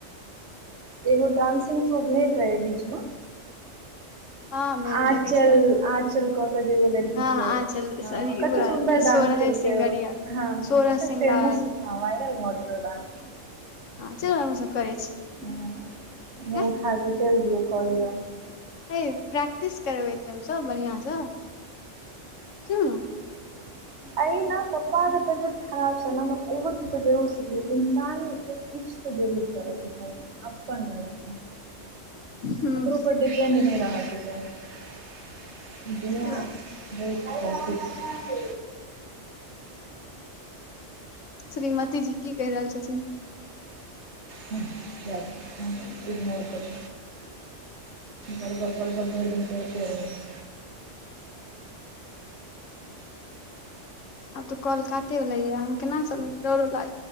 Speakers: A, on the right; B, on the left.
A: एगो डानंसिंग शो भेल रहय बीच में
B: हँ भेल
A: आचल
B: देखै छियै हम
A: आचल क के जे एगो लड़की
B: हँ
A: छै।
B: आँचल
A: हाँ
B: सॉरी
A: ओ कते सुंन्दर
B: सोरहे
A: डांस केलकै
B: सिंगरिया
A: ओ हाँ
B: सोरह
A: ओ तऽ
B: श्रृंगार
A: फेमस वायरल व गेलो डांस
B: हा चालू हम सभ करै छी।
A: हूँ मुँह
B: एं
A: उठा के चलि दिय औ कह लिय आ
B: हे प्रैक्टिस करबै तऽ सभ बढिया सँ सुनू
A: अइना पप्पा आ त जते खराब‌ समय ने में एगो चीज त जरूर सिखलिये कि इन्सान के किछु त जरूर कर के चाही अपन अप्पन वाला के
B: हूँ
A: ककरो पर दिपेंड नै होइ के चाही बहुत
B: से बात
A: सभ चीज
B: श्रीमती जी की कहि रहल छथिन
A: हा जखन हम इग्नोर करू बरबर बरबर भरि दिन करते रहै छै।
B: आब तो कॉल काटे रहले ह हम केना सभ के लाग